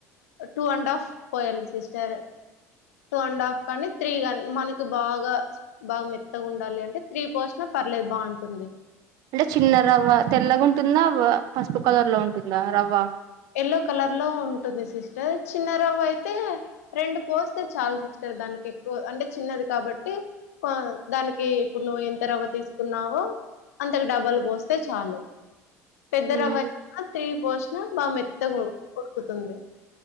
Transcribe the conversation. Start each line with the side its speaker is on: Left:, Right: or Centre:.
Left: టూ అండ్ హాఫ్ పోయాలి సిస్టర్ టూ అండ్ హాఫ్ కానీ త్రీ కానీ మనకి బాగా బాగా మెత్తగా ఉండాలి అంటే త్రీ పోసినా పర్లేదు బావుంటుంది
Right: అంటే చిన్న రవ్వ తెల్లగా ఉంటుందా పసుపు కలర్ లో ఉంటుందా రవ్వ
Left: ఎల్లో కలర్ లో ఉంటుంది సిస్టర్ చిన్న రవ్వ అయితే రెండు పోస్తే చాలు సిస్టర్ దానికి ఎక్కువ అంటే చిన్నది కాబట్టి కొ దానికి ఇప్పుడు నువ్వు ఎంత రవ్వ తీసుకున్నావో అంతకు డబుల్ పోస్తే చాలు పెద్దరవ్వ
Right: ఉమ్
Left: త్రి పోసిన <unintelligible> మెత్తగా ఉడుకుతుంది